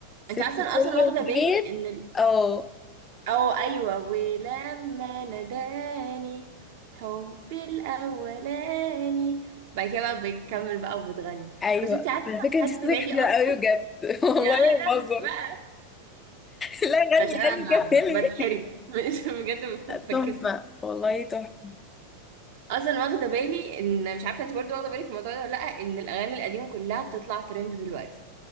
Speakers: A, on the left; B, on the right.
A: ست
B: انت اصلا
A: كل
B: اصلا واخده بالي
A: جيت
B: ان ال...
A: اه
B: او ايوه ولما ناداني حبي الاولاني بعد كده بقى بتكمل بقى وبتغني
A: ايوه
B: بس انت عارفه
A: على فكره انت
B: خدت
A: صوتك
B: بالي
A: حلو
B: اصلا
A: قوي بجد <laughs> والله
B: يا لهوي
A: ما بهزر
B: بقى
A: <laughs> لا غني
B: عشان انا
A: غني كملي
B: ب- بتحرج <laughs> مش بجد بكس
A: تحفة والله تحفة
B: اصلا واخده بالي ان مش عارفه انت برضو واخده بالك من الموضوع ده ولا لا ان الاغاني القديمه كلها بتطلع ترند دلوقتي